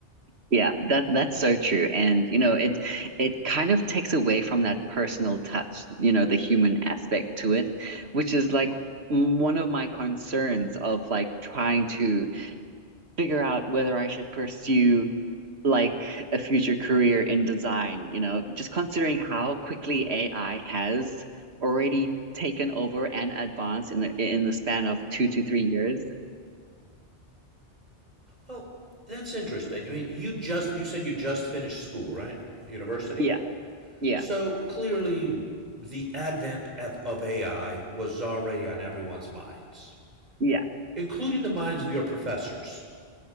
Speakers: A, on the right; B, on the right.
A: yeah. That that's so true. And you know, it it kind of takes away from that personal touch, you know, the human aspect to it, which is like one of my concerns of like trying to figure out whether I should pursue like a future career in design, you know, just considering how quickly AI has already taken over and advanced in the in the span of two to three years.
B: Well, that's interesting. I mean, you just you said you just finished school, right? University.
A: Yeah, yeah,
B: So clearly, the advent of, of AI was already on everyone's minds,
A: yeah,
B: including the minds of your professors.